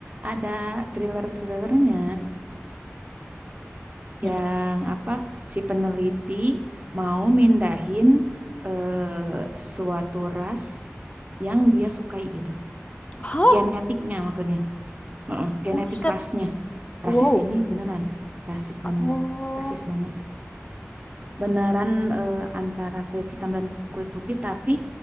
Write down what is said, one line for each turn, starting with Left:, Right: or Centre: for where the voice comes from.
Right: ada thriller-thrillernya
Left: Mm-mm.
Right: yang apa si peneliti mau mindahin eh, suatu ras yang dia sukai gitu.
Left: Hah?
Right: Genetiknya maksudnya. Heeh, genetik
Left: Buset.
Right: rasnya.
Left: Wow.
Right: rasis ini beneran rasis bener
Left: Oh.
Right: rasis banget beneran eh, antara kulit hitam dan kulit putih tapi